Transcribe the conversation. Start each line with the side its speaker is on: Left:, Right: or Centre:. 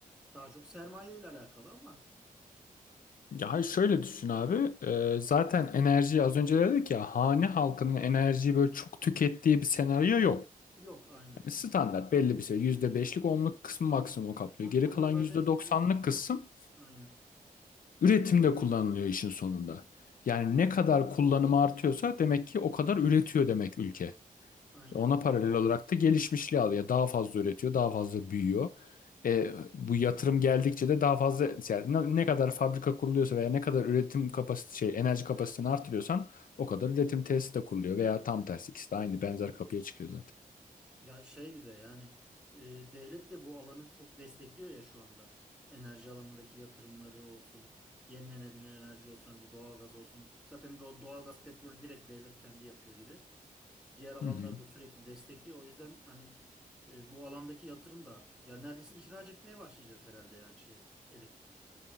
Centre: Daha çok sermaye ile alakalı ama
Left: Ya hayır, şöyle düşün abi. Ee, zaten enerjiyi az önce dedik ya hane halkının enerjiyi böyle çok tükettiği bir senaryo yok.
Centre: yok aynen.
Left: Standart belli bir şey. yüzde beşlik onluk kısmı maksimum kaplıyor.
Centre: Onu,
Left: Geri
Centre: onu
Left: kalan
Centre: da zaten
Left: yüzde doksanlık kısım
Centre: aynen
Left: üretimde kullanılıyor işin sonunda. Yani ne kadar kullanımı artıyorsa demek ki o kadar üretiyor demek ülke.
Centre: aynen.
Left: Ona paralel olarak da gelişmişliği alıyor. Yani Daha fazla üretiyor, daha fazla büyüyor. E, bu yatırım geldikçe de daha fazla yani ne ne kadar fabrika kuruluyorsa veya ne kadar üretim kapasite şey enerji kapasitesini artırıyorsan o kadar üretim tesisi de kuruluyor veya tam tersi ikisi de aynı benzer kapıya çıkıyor zaten.
Centre: Ya şey bir de yani e, devlet de bu alanı çok destekliyor ya şu anda. Enerji alanındaki yatırımları olsun, yenilenebilir enerji olsun, hani bu doğalgaz olsun. Zaten doğ- doğalgaz, petrolü direkt devlet kendi yapıyor gibi. Diğer alanları
Left: Hı hı.
Centre: da sürekli destekliyor. O yüzden hani e, bu alandaki yatırım da arttı. Ya neredeyse ihraç etmeye başlayacağız herhalde yani şeyi, elektriği.